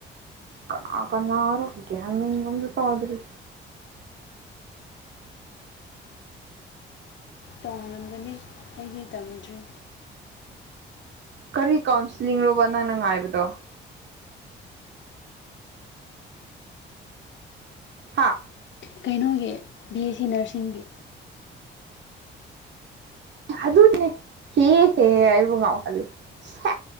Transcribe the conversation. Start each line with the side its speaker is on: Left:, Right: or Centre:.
Right: ꯀꯅ ꯀꯅꯔ ꯒꯤꯥꯟ ꯃꯟꯒꯝ ꯑꯃꯇ ꯇꯋꯥꯗ꯭ꯔꯔꯤ
Left: ꯇꯣꯉꯥꯟꯜꯂꯝꯒꯅꯤ ꯑꯩꯗꯤ ꯇꯝꯃꯤꯗ꯭ꯔꯤ
Right: ꯀꯔꯤ ꯀꯥꯎꯟꯁꯤꯂꯤꯡ ꯂꯣꯕ ꯅꯪꯅ ꯉꯥꯏꯕꯗꯣ ꯍꯥꯥ
Left: ꯀꯩꯅꯣꯒꯤ ꯕꯤ ꯑꯦꯁ ꯁꯤ ꯅꯔꯁꯤꯡꯒꯤ
Right: ꯑꯗꯨꯅꯦ ꯍꯦ ꯍꯦ ꯑꯩꯕꯨ ꯉꯥꯎꯍꯜꯂꯤ ꯁꯦ